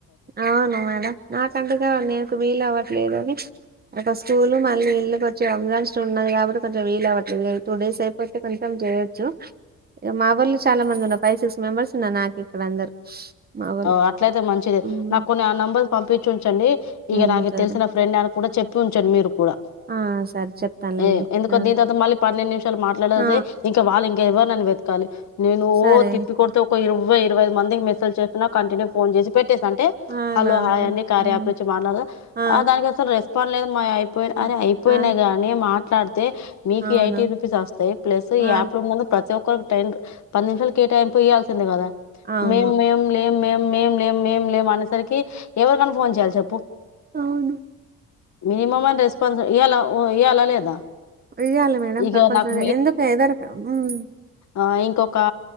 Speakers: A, on the right; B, on the left.
A: అవును మేడం నాకంటుగా నీకు వీలు అవ్వట్లేదు అని ఒక స్కూల్ మళ్ళీ ఇల్లు కొంచెం <unintelligible> ఉన్నది కాబట్టి కొంచం వీళ్లవ్వట్లేదు టూ డేస్ అయిపోతే కొంచం జే. చేయెచ్చు మా వాళ్ళు చాలా మంది ఉన్నారు ఫైవ్ సిక్స్ మెంబర్స్ ఉన్నార్ నాకు ఇక్కడ అందరు. మా వాళ్ళు
B: ఆవ్ అట్లయితే మంచిదే
A: ఉమ్
B: నాకు కొన్ని ఆ నెంబర్స్ పంపించు. చండి ఇగ
A: ఉమ్,
B: నాగు
A: సరే
B: తెల్సినా ఫ్రెండ్ అవే గూడా చెప్పుంచండిమీరు కూడా
A: ఆ సరే చెప్తానులేండి
B: ఏ ఎందుకో
A: ఆ
B: దిన్ తర్వాత మళ్ళీ పన్నెండ్ నిమిషాలు మాట్లడేది
A: ఆ,
B: ఇంకా వాళ్ళి ఎవ్వర్ నన్ను వెతకాలి నేను
A: సరే
B: ఓ తిప్పికొడితే ఒక ఇరవై ఇరవై ఐదు మందికి మెసేజ్ తున కంటిన్యూ ఫోన్ జెసి పెట్టేస్తా అంటే
A: అవునా
B: హలో
A: మేడం
B: హాయండి కార్యప్
A: ఉమ్,
B: నుంచి మాట్లాడుద
A: ఆ
B: ఆహ్ దానికి అస్సల్ రెస్. ఫార్లేదు మాయైపోయినై
A: ఆ
B: అరే అయిపోయినాయి
A: ఆ.
B: గానీ మాట్లాడుత్. తే మీకు
A: అవును.
B: ఎయిటీ రూపీస్ ఓస్తాయి ప్లసు
A: ఆ!
B: ఈ యాప్ ఉన్నొళ్ళాకు ప్రతి ఒక్క. కోర్టెడ్ పది నిమిషాలకి కేటాయింపు ఇయాల్సిందే గాదా.
A: ఆవును.
B: మేం లేం మేం మేం లేం మేం లేం అనేసరికి ఎవరన్ ఫోన్ జేయ్యాలి చెప్పు.
A: అవును.
B: మీనిమ్మమన్ రెస్పాన్స్ ఇయ్యల వ ఇయాలా లేదా.
A: ఇయ్యాలి మేడం
B: ఇక
A: కంపల్సరీ
B: నాకు
A: ఏ ఎందుక ఏదర ఉమ్.
B: ఆహ్ ఇంకొక్కా